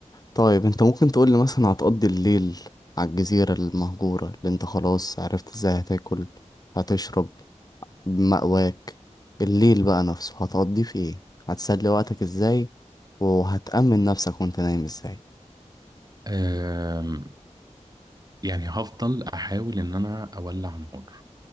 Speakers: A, on the left; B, on the right.
A: طيب انت ممكن تقول لي مثلا هتقضي الليل على الجزيره المهجوره اللي انت خلاص عرفت ازاي هتاكل هتشرب مأواك الليل بقى نفسه هتقضيه في ايه هتسلي وقتك ازاي وهتأمن نفسك وانت نايم ازاي
B: أم، يعني هفضل احاول ان انا اولع نار